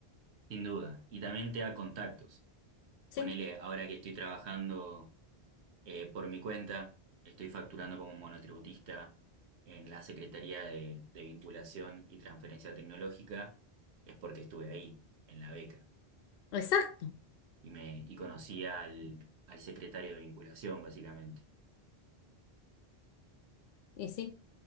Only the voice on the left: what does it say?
Sí.
Exacto.
Y sí,